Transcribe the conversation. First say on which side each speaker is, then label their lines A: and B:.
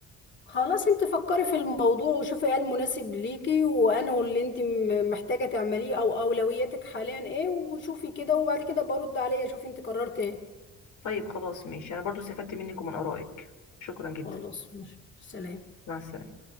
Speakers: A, on the left; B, on the left.
A: خلاص انت فكري في الموضوع وشوفي ايه المناسب ليكي وانه اللي انت م- محتاجة تعمليه او اولوياتك حاليا ايه وشوفي كده وبعد كده برد عليا شوفي انت قررت ايه
B: طيب خلاص ماشي انا برضو استفدت منك ومن ارائك شكرا جدا
A: خلاص ماشي سلام
B: مع السلامه